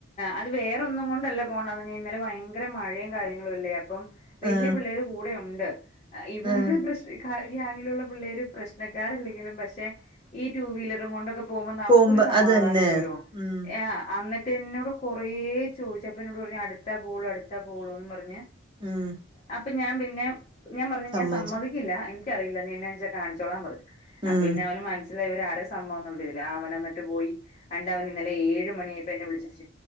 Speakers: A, on the left (about 35°); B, on the right (about 25°).
A: അത് വേ റോന്നും കൊണ്ടല്ല പോകണ്ടാന്ന് പർഞ്ഞേ ഇന്നലെ ഭയങ്കര മഴേ കാര്യങ്ങളും അല്ലേ അപ്പം വല്യ
B: ആ
A: പിള്ളേർ കൂടെ ഒണ്ട് ഇവരടെ
B: ആ
A: പ്രശ്ന ഈ ഗ്യാങ്ങിലുള്ള പിള്ളേര് പ്രശ്നക്കാരല്ലെങ്കിലും പക്ഷെ ഈ ടു വീലറും കൊണ്ടൊക്കെ പോവുമ്പോ നമുക്കൊരു
B: പോകുമ്പോ
A: സമാധാനം
B: അത് തന്നെ
A: ഇല്ലല്ലോ
B: ഉം
A: ആ ന്നിട്ട് എന്നോട് കൊറേ ചോദിച്ചപ്പം എന്നോട് പറഞ്ഞു അടുത്താ പോളു അടുത്താ പോളൂന്ന് പറഞ്ഞ്
B: ഉം
A: അപ്പൊ ഞാൻ പിന്നെ ഞാൻ പറഞ്ഞു
B: സമ്മതിച്ചു
A: ഞാൻ സമ്മതിക്കില്ല എനിക്കറിയില്ല നീ എന്നെച്ചാൽ കാണിച്ചോളാൻ പറഞ്ഞു അപ്പൊ
B: ഉം
A: പിന്നെ അവന് മനസ്സിലായി ഒരു ആര സമ്മദാന്നുള്ള ഇതില് അവൻ എന്നിട്ട് പോയി ണ്ടവൻ ഇന്നലെ ഏഴ മണിയായിപ്പോ എന്നെ വിളിച്